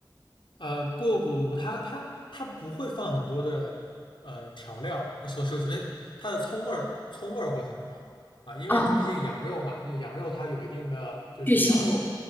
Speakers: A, on the left; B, on the left.
A: 嗯，不不不，它它它不会放很多的呃调料，呃首首首先它的葱味儿葱味儿会很浓啊，因为就毕竟羊肉嘛，
B: 啊，
A: 就羊肉它有一定的就是羊肉
B: 巨腥，